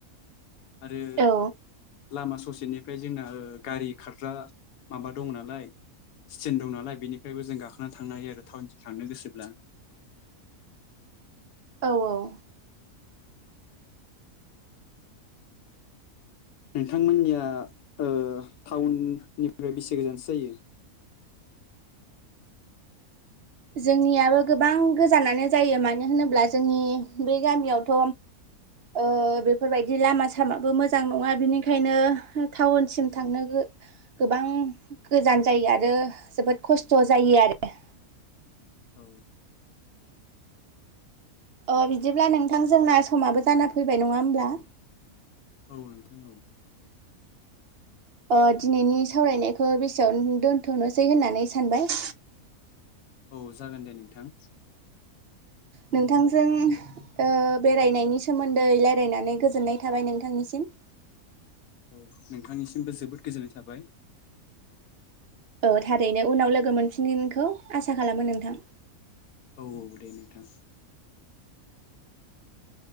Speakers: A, on the left; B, on the right.
A: आरो
B: औ
A: लामा ससेनिफ्राय जोंना ओ गारि खारग्रा माबा दं नालाय स्टेेन दं नालाय बेनिफ्रायबो जों गाखोनानै थांनो हायो आरो टाउनसिम थांनो गोसोब्ला
B: औ औ
A: नोंथांमोननिया ओ टाउननिफ्राय बेसे गोजानसो जायो
B: जोंनियाबो गोबां गोजानानो जायो मानो होनोब्ला जोंनि बे गामियावथ' ओ बेफोरबायदि लामा सामाबो मोजां नङा बिनिखायनो टाउनसिम थांनो गो गोबां गोजान जायो आरो जोबोद खस्थ' जायो आरो
A: औ
B: अ बिदिब्ला नोंथां जोंना समाबो जाना फैबाय नङा होमब्ला
A: औ नोंथां औ
B: ओ दिनैनि सावरायनायखौ बेसे आवनो दोनथ'नोसै होननानै सानबाय
A: औ जागोन दे नोंथां
B: नोंथांजों ओ बेरायनायनि सोमोन्दै लायरायनानै गोजोननाय थाबाय नोंथांनिसिम
A: औ नोंथांनिसिमबो जोबोद गोजोननाय थाबाय
B: औ थारैनो उनाव लोगो मोनफिनगोनखौ आसा खालामो नोंथां
A: औ औ दे नोंथां